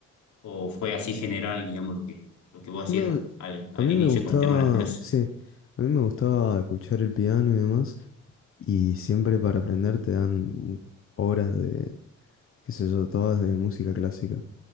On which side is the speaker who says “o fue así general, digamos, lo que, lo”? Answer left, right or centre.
Left